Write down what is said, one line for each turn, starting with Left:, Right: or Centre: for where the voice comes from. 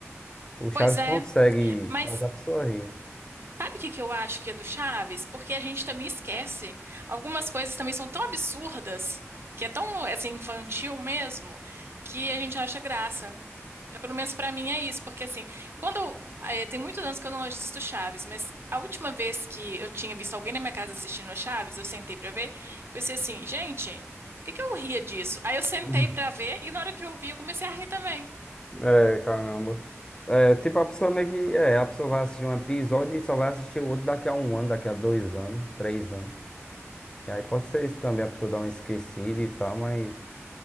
Left: O Chaves
Right: Pois é,
Left: consegue
Right: mas
Left: fazer a pessoa rir.
Right: Sabe o que que eu acho que é do Chaves? Porque a gente também esquece. Algumas coisas também são tão absurdas, que é tão assim infantil mesmo, que a gente acha graça. É, pelo menos pra mim é isso, porque assim, quando eu, eh, tem muitos anos que eu não assisto Chaves, mas a última vez que eu tinha visto alguém na minha casa assistindo a Chaves, eu sentei pra ver, pensei assim, gente, por que que eu ria disso? Aí eu sentei
Left: <laughs>
Right: pra ver e na hora que eu vi, eu comecei a rir também.
Left: É, caramba. É, tipo, a pessoa meio que. É, a pessoa vai assistir um episódio e só vai assistir o outro daqui a um ano, daqui a dois anos, três anos. E aí pode ser isso também, a pessoa dá uma esquecida e tal, mas.